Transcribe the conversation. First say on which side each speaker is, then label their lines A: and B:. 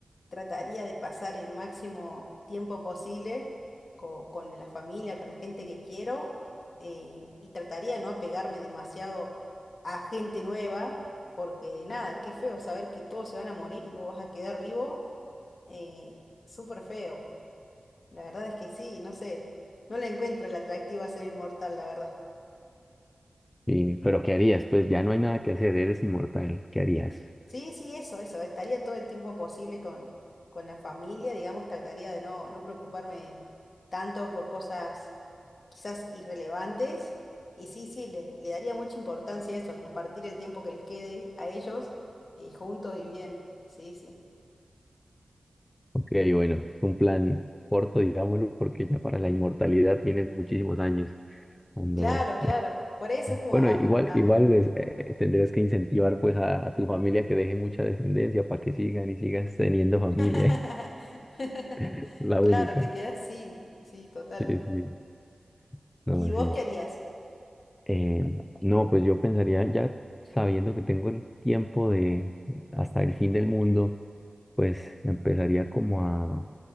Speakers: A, on the left; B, on the left.
A: trataría de pasar el máximo tiempo posible co- con la familia, con la gente que quiero, eh, y trataría de no apegarme demasiado a gente nueva, porque nada, qué feo saber que todos se van a morir y vos vas a quedar vivo. eh, súper feo. La verdad es que sí, no sé, no le encuentro el atractivo a ser inmortal, la verdad.
B: sí, pero ¿qué harías? Pues ya no hay nada que hacer, eres inmortal. ¿Qué harías?
A: Sí, sí, eso, eso. Estaría todo el tiempo posible con, con la familia, digamos, trataría de no, no preocuparme tanto por cosas quizás irrelevantes. Y sí, sí, le, le daría mucha importancia a eso, a compartir el tiempo que les quede a ellos y juntos y bien. Sí, sí.
B: Ok, bueno, es un plan corto, digámoslo, porque ya para la inmortalidad tienes muchísimos años. Cuando
A: Claro, claro. Por eso es como...
B: Bueno,
A: ah,
B: igual,
A: ah.
B: igual es, eh, tendrías que incentivar pues a, a tu familia que deje mucha descendencia para que sigan y sigas teniendo familia,
A: <laughs>
B: <laughs> la
A: Claro,
B: única.
A: te quedas sin. Sí, total.
B: Sí, sí, no,
A: ¿Y vos
B: sí.
A: qué harías?
B: Eh, no, pues yo pensaría ya sabiendo que tengo el tiempo de hasta el fin del mundo, pues empezaría como a